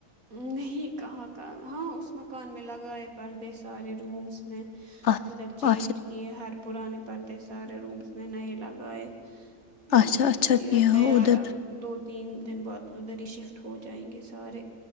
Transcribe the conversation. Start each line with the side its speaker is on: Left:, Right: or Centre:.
Right: نہیں کہاں کا ہاں اس مکان میں لگائے پردے سارے رومس میں
Left: اچھا
Right: ادھر چینج یہ ہر پرانے پردے سارے رومس میں نئے لگائے ام
Left: اچھا اچھا
Right: م کی
Left: کیا
Right: اب تیار
Left: ہو ادھر
Right: اب دو تین دن بعد ادھر ہی شفٹ ہو جائیں گے سارے